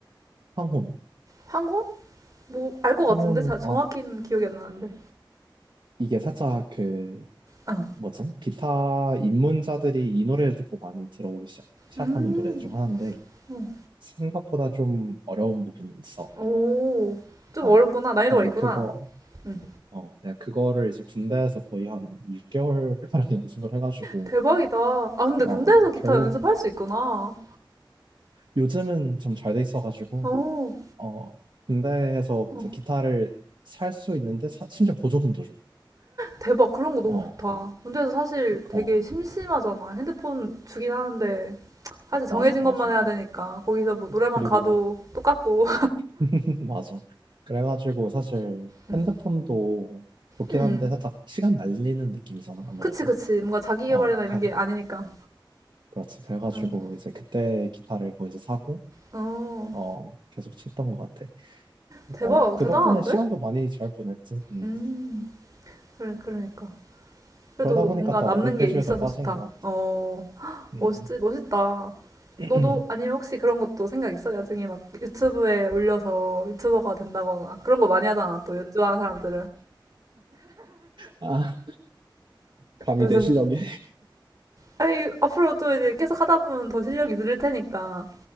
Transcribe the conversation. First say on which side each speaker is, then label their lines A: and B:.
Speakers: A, on the right (about 65°); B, on the right (about 45°).
A: 황혼.
B: 황혼? 뭐, 알 것
A: 황혼.
B: 같은데? 자, 정확히는
A: 아
B: 기억이 안 나는데.
A: 이게 살짝 그
B: 어.
A: 뭐지? 기타 입문자들이 이 노래를 듣고 많이 들어오기 시작, 시작하는
B: 음,
A: 노래 중 하나인데
B: 어.
A: 생각보다 좀 어려운 부분이 있어.
B: 오, 좀
A: 어.
B: 어렵구나. 난이도가
A: 근데
B: 있구나.
A: 그거
B: 응.
A: 어 내가 그거를 이제 군대에서 거의 한 6개월 가량 <laughs> 연습을 해가지고
B: 대박이다. 아, 근데 군대에서
A: 어
B: 기타
A: 결국
B: 연습할 수 있구나.
A: 요즘은 좀 잘 돼 있어가지고
B: 오,
A: 어 군대에서
B: 어.
A: 이제 기타를 살 수 있는데 사- 심지어 보조금도 줘.
B: 대박. 그런 거 너무
A: 어,
B: 좋다. 군대에서 사실 되게
A: 어,
B: 심심하잖아. 핸드폰 주긴 하는데. 사실
A: 맞아,
B: 정해진
A: 맞아.
B: 것만 해야 되니까. 거기서 뭐 노래방
A: 그리고
B: 가도 똑같고.
A: <laughs> 맞아. 그래가지고 사실
B: <laughs>
A: 핸드폰도
B: 응.
A: 좋긴
B: 음.
A: 한데 살짝 시간 날리는 느낌이잖아, 아무래도.
B: 그치, 그치. 뭔가 자기
A: 어,
B: 개발이나 이런
A: 가,
B: 게 아니니까.
A: 그렇지. 그래가지고
B: 응.
A: 이제 그때 기타를 거기서 사고,
B: 어,
A: 어, 계속 쳤던 것 같아.
B: 대박.
A: 어, 그
B: 대단한데?
A: 덕분에 시간도 많이 잘 보냈지. 음.
B: 음. 그래, 그러니까. 그래도
A: 그러다 보니까
B: 뭔가
A: 더
B: 남는
A: 아르페지오에
B: 게 있어서
A: 더 빠진
B: 좋다.
A: 것 같아.
B: 어,
A: 음.
B: 멋있지, 멋있다.
A: <clears throat>
B: 너도 아니면 혹시 그런 것도 생각 있어? 나중에 막 유튜브에 올려서 유튜버가 된다거나 그런 거 많이 하잖아. 또 연주하는 사람들은
A: 아, 감히
B: 연습.
A: 내 실력에.
B: 아니 앞으로 또 이제 계속 하다 보면 더 실력이 늘릴 테니까.